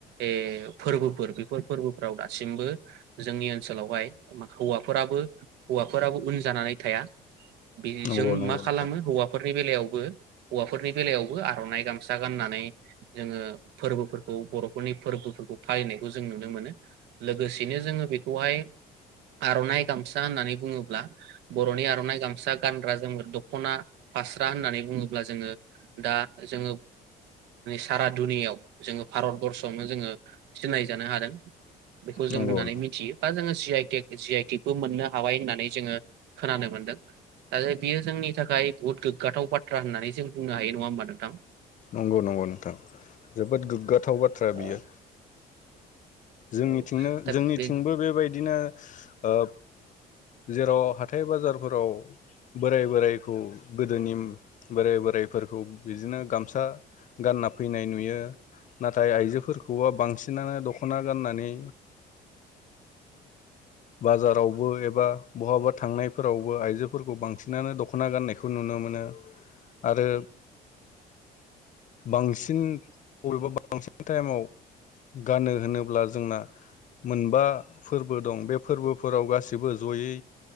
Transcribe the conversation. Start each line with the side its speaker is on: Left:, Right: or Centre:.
Right: ए फोरबोफोर बेफोर फोरबोफोराव दासिमबो जोंनि ओनसोलावहाय हौवाफोराबो हौवाफोराबो उन जानानै थाया। बेजों
Left: नंगौ नंगौ
Right: मा खालामो
Left: नोंथां
Right: हौवाफोर फोरनि बेलायावबो हौवाफोरनि बेलायावबो आरनाइ गामसा गाननानै जोङो फोरबोफोरखौ बरफोरनि फोरबोफोरखौ फालिनायखौ जों नुनो मोनो लोगोसेनो जोङो बेखौहाय आरनाइ गामसा होननानै बुङोब्ला बरनि आरनाइ गामसा गानग्रा जोमग्रा दखना फास्रा होननानै बुङोब्ला जोङो दा जोङो सारा दुनियाव जोंङो भारत बर्षआवनो जोङो सिनाय जानो हादों। बेखौ जों
Left: नंगौ
Right: होननानै
Left: नंगौ
Right: मिथियो बा जोङो स जि आइ टेक जि आइ टेकबो मोननो हाबाय होननानै जोङो खोनानो मोनदों। दा बियो जोंनि थाखाय बुहुत गोग्गाथाव बाथ्रा होननानै जों बुंनो हायो नङा होमबा नोंथां
Left: नंगौ नंगौ नोंथां जोबोद गोग्गाथाव बाथ्रा
Right: अ
Left: बियो जोंनिथिंनो
Right: औ दा
Left: जोंनिथिंबो
Right: बे
Left: बेबायदिनो ओ जेराव हाथाय बाजारफोराव बोराय बोरायखौ गोदोनि बोराय बोरायफोरखौ बिदिनो गामसा गानना फैनाय नुयो नाथाय आइजोफोरखौबो बांसिनानो दख दखना गाननानै बाजारावबो एबा बहाबा थांनायफोरावबो आइजोफोरखौ बांसिनानो दखना गाननायखौ नुनो मोनो आरो बांसिन एबा बांसिन टाइमाव गानो। होनोब्ला जोंना मोनबा फोरबो दं बे फोरबोफोराव गासिबो जयै